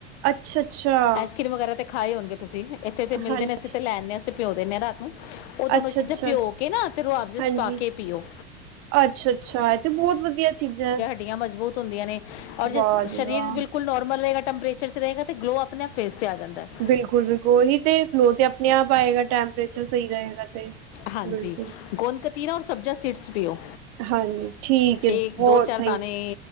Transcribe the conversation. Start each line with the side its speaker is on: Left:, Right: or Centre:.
Right: ਅੱਛਾ ਅੱਛਾ
Left: ਆਈਸਕ੍ਰੀਮ ਵਗੈਰਾ ਤੇ ਖਾਏ ਹੋਣਗੇ ਤੁਸੀ ਏਥੇ ਤੇ ਮਿਲਦੇ
Right: ਹਾਂਜੀ
Left: ਨੇ। ਤੇ ਲੈ ਆਨੇ ਆਂ ਅਸੀਂ ਪਿਉ ਦਿੰਦੇ ਹਾਂ ਰਾਤ ਨੂੰ ਓਹ ਦੋਨੋ
Right: ਅੱਛਾ
Left: ਚੀਜ਼ਾਂ
Right: ਅੱਛਾ
Left: ਪਿਓ ਕੇ ਨਾ ਤੇ ਰੋਆਬਜ਼ੇ
Right: ਹਾਂਜੀ
Left: ਚ ਪਾ ਕੇ ਪੀਓ।
Right: ਅੱਛਾ ਅੱਛਾ, ਇਹ ਤੇ ਬਹੁਤ ਵਧੀਆ ਚੀਜ਼ਾਂ ਹੈ।
Left: ਹੜਿਆ ਮਜ਼ਬੂਤ ਹੁੰਦੀਆਂ ਨੇ ਔਰ
Right: ਵਾਹ ਜੀ
Left: ਸਰੀਰ
Right: ਵਾਹ
Left: ਬਿਲਕੁਲ। ਨੋਰਮਲ ਰਹੇਗਾ ਟੈਂਪਰੇਚਰ ਚ ਹਹੇਗਾ ਅਤੇ ਗਲੋਅ ਅਪਣੇ ਆਪ ਫੇਸ ਤੇ ਆ ਜਾਂਦਾ ਐ।
Right: ਬਿਲਕੁਲ, ਓਹੀ ਤੇ ਗਲ ਅਪਣੇ ਆਪ ਆਏਗਾ ਟੈਂਪਰੇਚਰ ਸਹੀ ਰਹੇਗਾ ਤੇ।
Left: ਹਾਂਜੀ
Right: ਬਿਲਕੁਲ
Left: ਗੋਂਦ ਕਤੀਰਾ ਔਰ ਸੁਬਜ਼ੀ ਸੀਡਸ ਪੀਓ।
Right: ਹਾਂਜੀ ਠੀਕ ਹੈ
Left: ਇਹ,
Right: ਬਹੁਤ
Left: ਦੋ ਚਾਰ
Right: ਥੈਂਕ
Left: ਦਾਣੇ